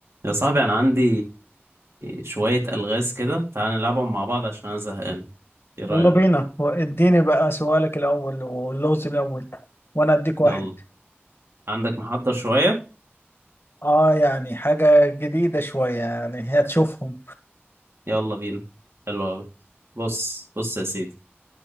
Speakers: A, on the right; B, on the left.
A: يا صاحبي انا عندي شوية الغاز كده تعال نلعبهم مع بعض عشان انا زهقان ايه رأيك
B: يلا بينا اديني بقى سؤالك الأول واللغز الأول وأنا أديك واحد
A: يلا عندك محضر شوية
B: آه يعني حاجة جديدة شوية يعني هي تشوفهم
A: يلا بينا حلو أوي بص بص يا سيدي